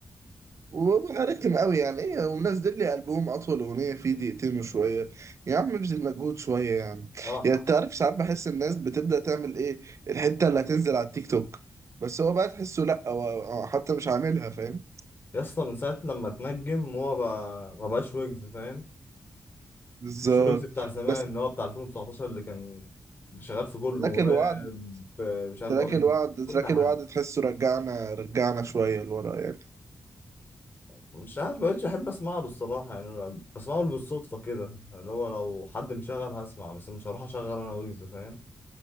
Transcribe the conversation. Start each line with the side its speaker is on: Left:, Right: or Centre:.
Right: وببقى رخم قوي يعني ايه ومنزل لي البوم اطول اغنيه فيه دقيقتين وشويه يا عم ابذل مجهود شويه يعني
Left: اه
Right: يعني
Left: ح-
Right: انت عارف ساعات بحس الناس بتبدا تعمل ايه الحته اللي هتنزل على التيك توك بس هو بقى تحسه لا هو هو حتى مش عاملها فاهم
Left: يا اسطى من ساعة لما اتنجم هو بقى ما بقاش ويجز فاهم؟
Right: بالظبط
Left: مش ويجز بتاع زمان
Right: بس
Left: اللي هو بتاع 2019 اللي كان شغال في كله
Right: تراك
Left: راب
Right: الوعد
Left: آه، مش عارف
Right: تراك
Left: ار
Right: الوعد
Left: كل
Right: تراك
Left: حاجة
Right: الوعد تحسه رجعنا رجعنا شويه لورا يعني
Left: مش عارف مبقتش احب اسمع له الصراحه يعني أنا بسمعه بالصدفه كده اللي هو لو حد مشغل هسمع بس مش هروح اشغل انا ويجز فاهم